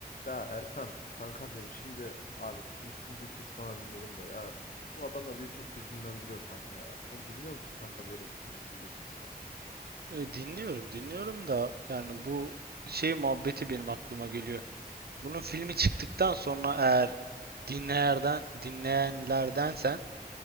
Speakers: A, on the left; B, on the right.
A: Ya Erkan, kankam benim. Şimdi abi Müslüm Gürses falan dinliyordum da ya bu adamlar beni çok hüzünlendiriyor kanka ya. Sen dinliyor musun kanka böyle Müslüm Gürses falan?
B: E, dinliyorum, dinliyorum da yani bu şey muhabbeti benim aklıma geliyor. Bunun filmi çıktıktan sonra eğer dinleyenlerden dinleyenlerdensen